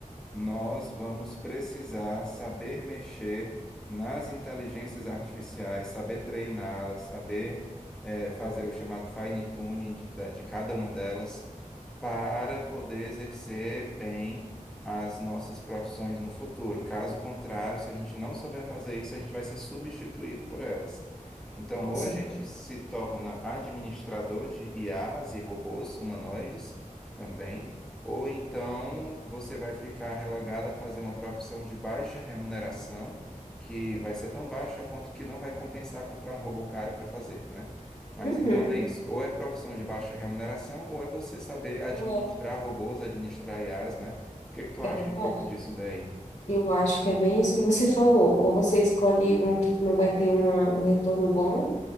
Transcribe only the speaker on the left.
Nossa,
é ver-
Uhum.
Ou
é,
é verdade?
Eu acho que é bem isso que você falou. Ou você escolhe um que tu não vai ter uma, um retorno bom,